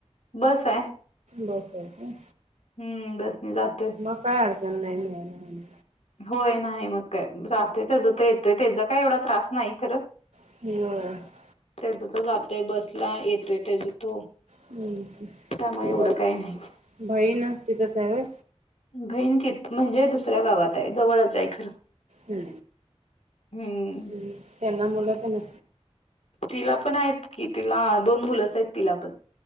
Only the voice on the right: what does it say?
बस आहे का
मग काय अडचण नाही निळाला म्ह
ह
हम्म
बई
बहीण ना तिथंच आहे
हम्म
हम् त्यांना मुलं तर न